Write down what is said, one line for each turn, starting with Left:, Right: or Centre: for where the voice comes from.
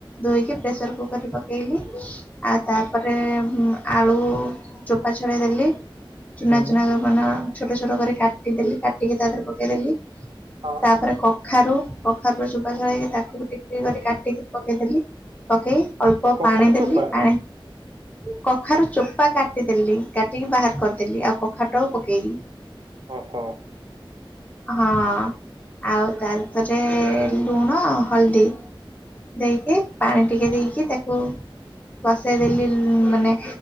Left: ଧୋଇକି ପ୍ରେସର କୁକରରେ ପକେଇଲି ଆଉ ତାପରେ ଆଳୁ ଚୋପା ଛଡ଼େଇ ଦେଲି ଚୁନା
Right: ହୁଁ
Left: ଚୁନା କର ମାନ ଛୋଟ ଛୋଟ କରି କାଟିଦେଲି କାଟିିକି ତା ଦେରେ ପକେଇଦେଲି
Right: ହଁ
Left: ତାପରେ କ <inaudible> କଖାରୁ କଖାରୁ ର ଯୁବା ଳ ହେଇକି ତାକୁ ଟିକ ଟିକ କାଟିକି ପକେଇଦେଲି ପକେଇ ଅଳ୍ପ
Right: କଖାରୁ
Left: ପାଣି ଦେଲି
Right: ଚୋପା
Left: ପାଣି <inaudible> କଖାରୁ ଚୋପା କାଟିଦେଲି କାଟିକି ବାହାରେ କରିଦଲି ଆଉ କଖାରୁଟାକୁ ପକେଇଲି
Right: ଓହୋ।
Left: ହଁ ଆଉ ତାରପରେ ଲୁଣ ହଳଦୀ ଦେଇକି ପାଣି ଟିକେ ଦେଇକି ତାକୁ ବସେଇଦେଲି ମାନେ